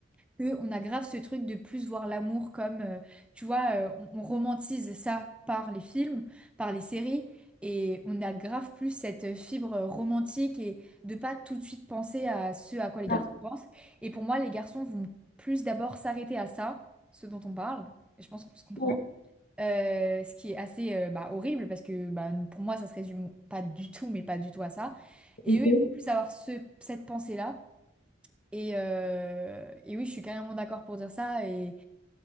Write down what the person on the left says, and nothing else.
Ah,
Ouais.
Ok.